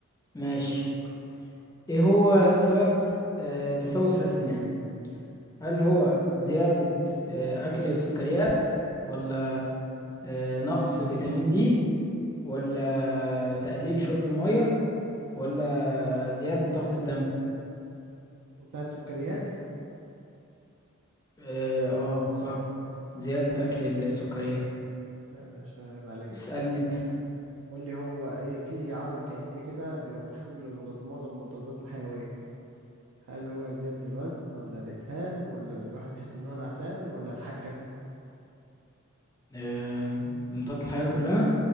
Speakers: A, on the left; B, on the right.
A: ماشي
B: دوره
A: ايه هو سبب آه، تسوس الاسنان هل هو زيادة آه، اكل السكريات ولا آه، نقص فيتامين دي ولا تقليل شرب المية ولا زيادة ضغط الدم
B: انت عايز سكريات
A: اه آه، صح زيادة اكل السكريات
B: يا باشا عيب عليك
A: اسألني انت
B: قول لي هو ايه في عرض جانبي كده بيبقى مشهور للمضاد معظم المضادات الحيوية هل هو زيادة الوزن ولا الإسهال ولا الواحد بيحس إن هو نعسان ولا الحكة
A: أم، مضاد الحيوية كلها